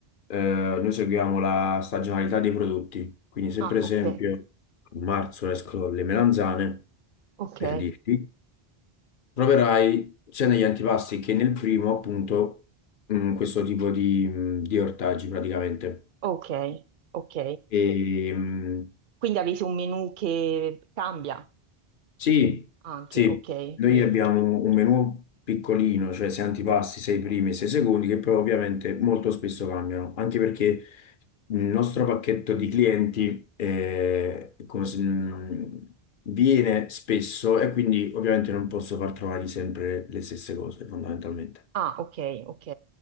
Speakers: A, on the left; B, on the right.
A: eh, noi seguiamo la stagionalità dei prodotti. Quindi se
B: Ah,
A: per esempio
B: ok,
A: a marzo escono le melanzane,
B: ok,
A: per dirti, troverai sia negli antipasti che nel primo appunto mh, questo tipo di, mh, di ortaggi praticamente.
B: ok, ok.
A: E, mh,
B: Quindi avete un menù che cambia
A: Sì,
B: anche,
A: sì,
B: ok.
A: noi
B: Quindi,
A: abbiamo un menù piccolino, cioè sei antipasti, sei primi e sei secondi, che però ovviamente molto spesso cambiano, anche perché il nostro pacchetto di clienti eh, come se- mh, viene spesso e quindi ovviamente non posso far trovare sempre le stesse cose, fondamentalmente.
B: ah, ok, ok,